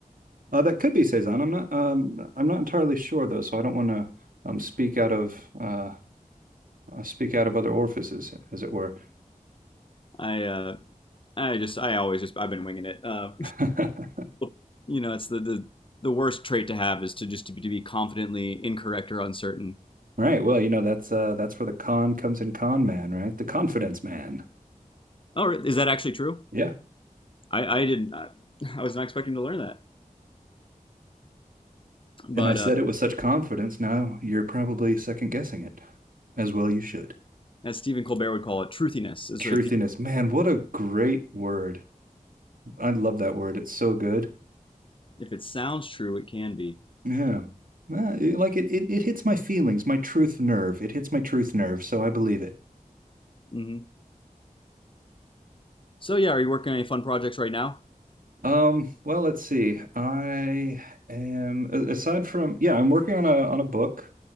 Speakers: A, on the right; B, on the left.
A: Uh, that could be Cezanne. I'm not um, I'm not entirely sure though, so I don't want to um, speak out of uh, uh, speak out of other orifices, as it were.
B: I uh, I just I always just I've been winging it. Uh,
A: <laughs>
B: <laughs> you know, it's the, the the worst trait to have is to just to be, to be confidently incorrect or uncertain.
A: Right. Well, you know, that's uh, that's where the con comes in, con man, right? The confidence man.
B: Oh, is that actually true?
A: Yeah.
B: I I didn't I, <laughs> I was not expecting to learn that. But
A: And I said
B: uh,
A: it with such confidence. Now you're probably second guessing it, as well you should.
B: as Stephen Colbert would call it, truthiness.
A: Truthiness.
B: So if you,
A: Man, what a great word. I love that word. It's so good.
B: if it sounds true, it can be.
A: Yeah. Ah, Like it, it, it hits my feelings, my truth nerve. It hits my truth nerve, so I believe it.
B: hmm So yeah, are you working on any fun projects right now?
A: Um, well, let's see. I am a- aside from yeah, I'm working on a on a book.